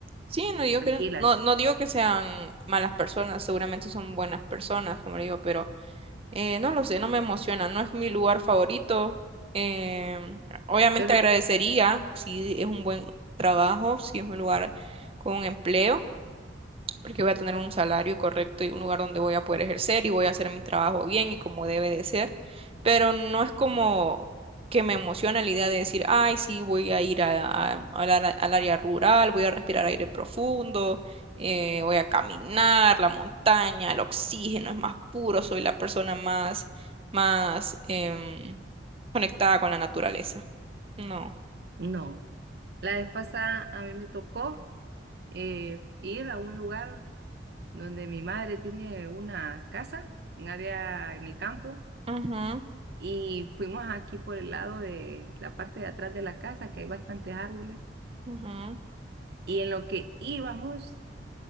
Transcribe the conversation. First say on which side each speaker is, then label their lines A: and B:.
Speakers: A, on the right (about 30°); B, on the right (about 60°).
A: Sí, no digo
B: tranquilas.
A: que, no, no digo que sean malas personas, seguramente son buenas personas, como le digo, pero eh, no lo sé, no me emociona, no es mi lugar favorito. Em, obviamente
B: Pero
A: agradecería si es un buen trabajo, si es un lugar con un empleo porque voy a tener un salario correcto y un lugar donde voy a poder ejercer y voy a hacer mi trabajo bien y como debe de ser, pero no es como que me emociona la idea de decir, ay, sí, voy a ir a- a- al ara- al área rural, voy a respirar aire profundo, eh, voy a caminar, la montaña, el oxígeno es más puro, soy la persona más, más em, conectada con la naturaleza. No.
B: no, la vez pasada a mí me tocó eh, ir a un lugar donde mi madre tiene una casa, un área en el campo,
A: Ujú,
B: y fuimos aquí por el lado de la parte de atrás de la casa, que hay bastantes árboles
A: ujú,
B: y en lo que íbamos